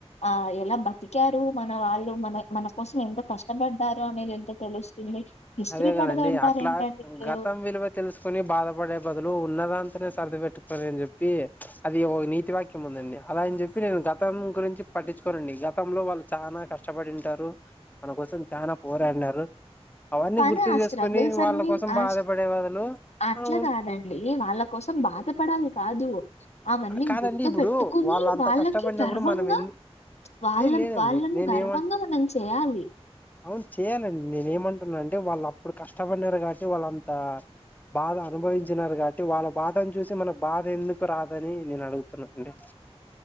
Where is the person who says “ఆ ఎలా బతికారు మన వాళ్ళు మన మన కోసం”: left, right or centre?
Left